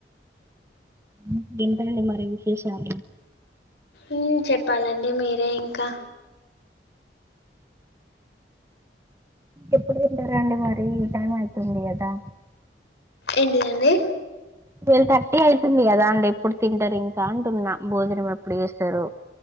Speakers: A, on the right (about 15°); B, on the left (about 75°).
A: ఇంకేంటండీ మరి విశేషాలు
B: ఉమ్ చెప్పాలండి మీరే ఇంకా
A: ఎప్పుడు తింటరండీ మరి ఈ టైం అయితుంది కదా
B: ఏంటిదండి
A: ట్వెల్వ్ థర్టీ అవుతుంది కదా అండి ఎప్పుడు తింటారు ఇంకా అంటున్నా భోజనం ఎప్పుడు చేస్తారు